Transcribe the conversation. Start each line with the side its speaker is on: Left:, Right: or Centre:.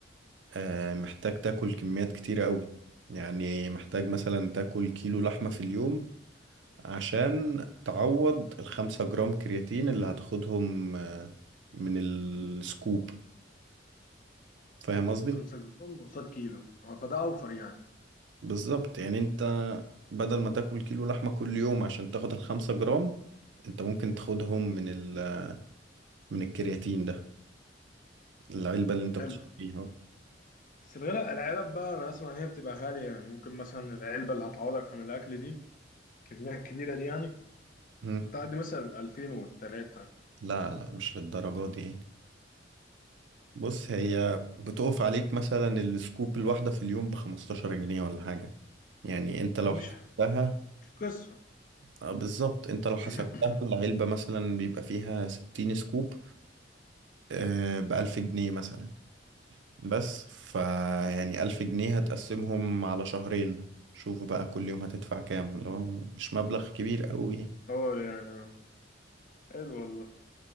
Right: آه، محتاج تاكل كميات كتيرة قوي يعني محتاج مثلا تاكل كيلو لحمة في اليوم عشان تعوض الخمسة جرام كرياتين اللي هتاخدهم آه، من السكوب فاهم قصدي؟
Left: 5 جرام قصاد كيلو هو فده اوفر يعني
Right: بالظبط يعني انت بدل ما تاكل كيلو لحمة كل يوم عشان تاخد الخمسة جرام انت ممكن تاخدهم من ال من الكرياتين ده العلبة اللي انت
Left: حلو
Right: بتشتريها
Left: بس الغلاء العلب بقى انا اسمع ان هي بتبقى غاليه يعني ممكن مثلا العلبه اللي هتعوضك عن الاكل دي الكميه الكبيره دي يعني
Right: مم.
Left: بتعدي مثلا 2000 والتلاتة
Right: لا لا مش للدرجة دي يعني بص هي بتقف عليك مثلا السكوب الواحدة في اليوم بخمستاشر جنيه ولا حاجة يعني انت لو
Left: مش
Right: حسبتها
Left: مش قصه
Right: اه بالظبط انت لو حسبتها
Left: <coughs>
Right: العلبة مثلا بيبقى فيها ستين سكوب آه بألف جنيه مثلا بس فيعني ألف جنيه هتقسمهم على شهرين شوف بقى كل يوم هتدفع كام لو مش مبلغ كبير قوي يعني
Left: حوار يعني آه. حلو والله